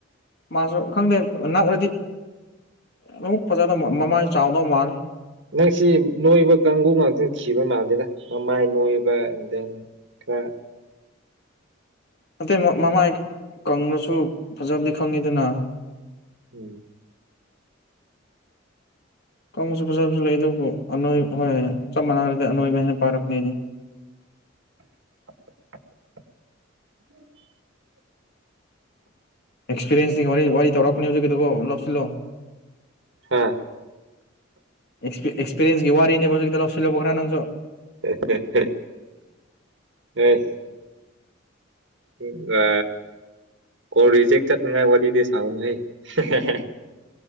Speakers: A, on the left; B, on the right.
A: ꯃꯥꯁꯨ ꯈꯪꯗꯦ ꯑ ꯅꯛꯂꯗꯤ ꯑꯗꯨꯝ ꯐꯖꯗꯧ ꯃ ꯃꯃꯥꯏ ꯆꯥꯎꯗꯧ ꯃꯥꯜꯂꯦ
B: ꯅꯪꯁꯤ ꯅꯣꯏꯕ ꯀꯥꯡꯕꯨ ꯉꯥꯛꯇ ꯊꯤꯕ ꯃꯥꯜꯂꯦꯗ ꯃꯃꯥꯏ ꯅꯣꯏꯕ ꯑꯦꯟ ꯗꯦꯟ ꯈ
A: ꯑꯇꯩ ꯃ ꯃꯃꯥꯏ ꯀꯪꯉꯁꯨ ꯐꯖꯕꯗꯤ ꯈꯪꯉꯤꯗꯅ
B: ꯎꯝ
A: ꯀꯪꯕꯁꯨ ꯐꯖꯕꯁꯨ ꯂꯩ ꯑꯗꯨꯕꯨ ꯑꯅꯣꯏꯕ ꯍꯣꯏ ꯆꯞ ꯃꯥꯟꯅꯔꯗꯤ ꯑꯅꯣꯏꯕ ꯍꯦꯟ ꯄꯥꯔꯛꯀꯅꯤꯗꯦ
B: <inaudible>
A: ꯑꯦꯛꯁꯄꯤꯔꯤꯌꯦꯟꯁꯀꯤ ꯋꯥꯔꯤ ꯋꯥꯔꯤ ꯇꯧꯔꯛꯄꯅꯦ ꯍꯧꯖꯤꯛꯀꯤꯗꯨꯀꯣ ꯂꯧꯁꯤꯜꯂꯣ
B: ꯍꯥ
A: ꯑꯦꯛꯁ ꯑꯦꯛꯁꯄꯤꯔꯤꯌꯦꯟꯁꯀꯤ ꯋꯥꯔꯤꯅꯦ ꯍꯧꯖꯤꯛꯀꯤꯗꯣ ꯂꯧꯁꯤꯜꯂꯣ ꯈꯔ ꯅꯪꯁꯨ
B: ꯍꯍꯍ ꯍꯣꯢ ꯎꯝ ꯑ ꯀꯣꯜ ꯔꯤꯖꯦꯛ ꯆꯠꯅꯤꯡꯉꯥꯢ ꯋꯥꯔꯤꯗꯤ ꯁꯥ ꯁꯥꯒꯨꯝꯁꯩ ꯍꯥꯍꯥꯍ